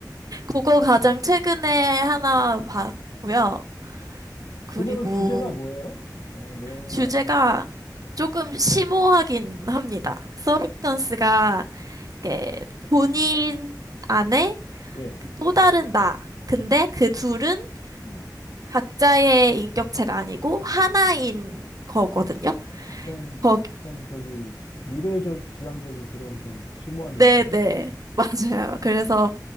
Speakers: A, on the right; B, on the left.
A: 그거 가장 최근에 하나
B: <laughs> 예.
A: 봤고요.
B: 어,
A: 그리고
B: 그거는 주제가 뭐예요? 영화 내용이나
A: 주제가
B: 뭐, 이런 거? 예.
A: 조금 심오하긴 합니다. 서브스턴스가
B: 어,
A: 이렇게 본인 안에
B: 예.
A: 또 다른 나. 근데 그 둘은
B: 어,
A: 각자의 인격체가 아니고 하나인
B: 어.
A: 거거든요.
B: 약간,
A: 거기,
B: 약간 저기, 미래적, 지향적인 그런 좀 심오한 이야기네?
A: 네네, <laughs> 맞아요. 그래서,